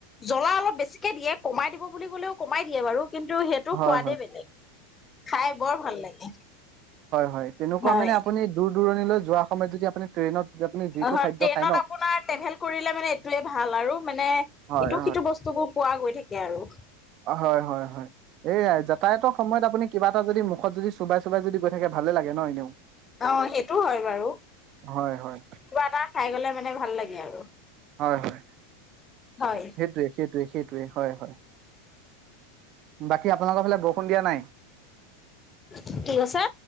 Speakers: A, on the left; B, on the right.
A: জ্বলা অলপ বেছিকে দিয়ে কমাই দিব বুলি ক'লেও কমাই দিয়ে বাৰু কিন্তু সেইটো
B: হয়
A: সোৱাদেই বেলেগ খাই বৰ ভাল লাগে
B: হয় তেনেকুৱা
A: হয়
B: মানে আপুনি দূৰ দূৰণিলৈ যোৱাৰ সমত যদি আপুনি ট্ৰেইনত আপুনি যিটো
A: হয়
B: খাদ্য
A: ট্ৰেইনত
B: খায় ন
A: আপোনাৰ ট্ৰেভেল কৰিলে
B: হয়
A: মানে এইটোৱে ভাল আৰু মানে
B: হয়
A: ইটো সিটো বস্তুবোৰ পোৱা গৈ থাকে আৰু
B: হয় হয় হয় এই যাতায়াতৰ সময়ত আপুনি কিবা এটা যদি মুখত যদি চুবাই চুবাই যদি গৈ থাকে ভালে লাগে ন এনেও
A: অ সেইটো হয় বাৰু
B: হয় হয়
A: কিবা এটা খাই গ'লে মানে মানে ভাল লাগে আৰু
B: হয়, হয়।
A: হয়
B: সেইটোৱে, সেইটোৱে, সেই সেইটোৱে, হয়, হয়। বাকী আপোনালোকৰ ফালে বৰষুণ দিয়া নাই।
A: কি কৈছে?